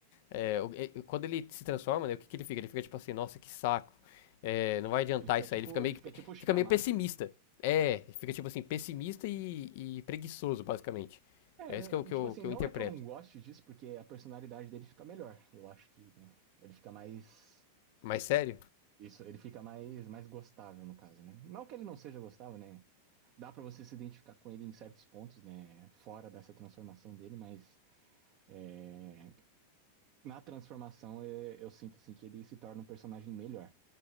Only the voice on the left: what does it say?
é, o- e- quando ele se transforma, né? O que que ele fica? Ele fica tipo assim, nossa, que saco. é, não vai adiantar
isso
aí. Ele fica meio,
que-
fica meio pessimista. É, fica tipo assim, pessimista e, e preguiçoso, basicamente.
É isso que eu, que
eu,
que
eu interpreto.
Mas sério?